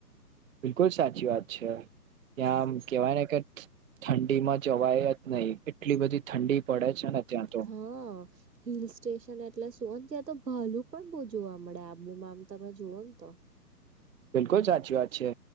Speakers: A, on the right; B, on the right.
A: બિલકુલ સાચી વાત છે, ત્યાંમ કેવાય ને કે ઠંડીમાં જવાય જ નહી એટલી બધી ઠંડી પડે છે. ને ત્યાં તો
B: હા, હિલ સ્ટેશન એટલે સુંન ત્યાં તો ભલું પણ બહ જોવા મળે. મું મામ તમે જઝુઓન તો.
A: બિલકુલ સાચી વાત છે,